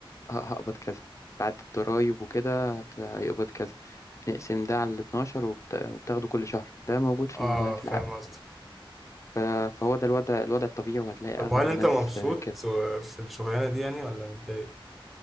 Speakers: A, on the left; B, in the centre.
A: ه- هقبض كذا بعد الضرايب وكده هت- هيقبض كذا بنقسم ده على ال 12 وبت- وبتاخده كل شهر ده موجود في
B: اه
A: ال- في
B: فاهم
A: العقد
B: قصدك
A: ف- فهو ده الوضع الوضع الطبيعي وهتلاقي
B: طب
A: أغلب
B: وهل
A: الناس
B: انت مبسوط
A: آه، كده
B: و- في الشغلانه دي يعني ولا متضايق